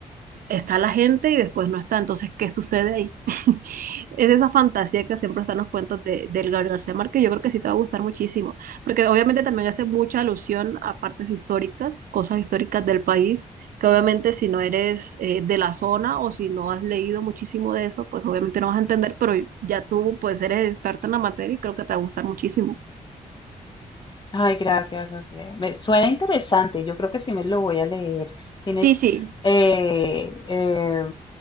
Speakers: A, on the right (about 70°); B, on the left (about 30°).
A: está la gente y después no está. Entonces, ¿qué sucede ahí? <laughs> Es esa fantasía que siempre están los cuentos de, del Gabriel García Márquez. Yo creo que sí te va a gustar muchísimo, porque obviamente también hace mucha alusión a partes históricas, cosas históricas del país, que obviamente si no eres eh, de la zona o si no has leído muchísimo de eso, pues obviamente no vas a entender, pero ya tú pues eres experta en la materia y creo que te va a gustar muchísimo.
B: Ay, gracias. no sé, Me suena interesante. Yo creo que sí me lo voy a leer. Tienes,
A: Sí, sí,
B: eh, eh,